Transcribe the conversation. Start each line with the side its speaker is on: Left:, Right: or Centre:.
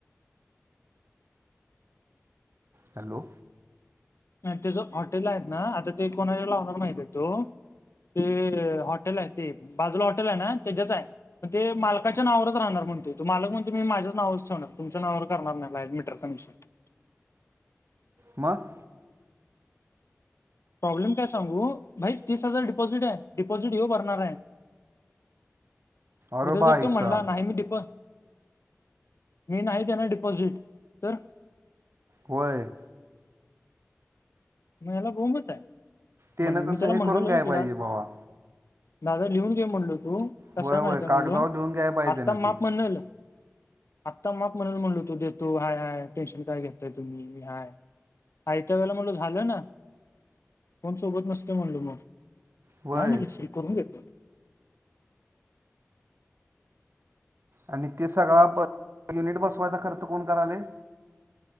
Left: <inaudible>
Right: हॅलो.
Left: नाही तेच हॉटेल आहे ना आता ते कोणा <unintelligible> लावणार <unintelligible> तो. ते हॉटेल आहे ते बाजूला हॉटेल आहे ना तेजच आहे. मग ते मालकाच्या नाववरच राहणार म्हणतोय तो मालक म्हणतो मी माझ्याच नावच ठेवणार तुमच्या नावावर करणार नाही <unintelligible> मिटर. <unintelligible>
Right: मग.
Left: प्रॉब्लेम काय सांगू भाई तीस हजार डिपॉझिट आहे डिपॉझिट यो भरणार आहे.
Right: अरे
Left: उद्या जर
Right: भाई
Left: तो म्हणला
Right: साहब
Left: नाही मी दीप मी नाही देणार डिपॉझिट तर.
Right: वय.
Left: म याला बोंबच आहे,
Right: तेनं
Left: म्हण मी
Right: तसं
Left: त्याला
Right: हे
Left: म्हणलेलो
Right: करून घ्याय
Left: कि
Right: पाहिजे भावा
Left: दादा लिहून घे म्हणलो तू? कसय
Right: होय होय
Left: माहिती
Right: कागदावर
Left: आहे म्हणलो.
Right: लिहून घ्याय पाहिजे
Left: आता
Right: ना
Left: माप
Right: ती
Left: म्हणल. आत्ता माप म्हणल म्हणलो तो देतो. हाय हय टेन्शन काय घेतताय तुम्ही मी हाय. आयत्या वळेला म्हणलो झाल ना. कोण सोबत नसत म्हणल मग.
Right: होय
Left: नाही म्हणल स करून घेतो.
Right: आणि ते सगळा युनिट बसवायचा खर्च कोण करालय.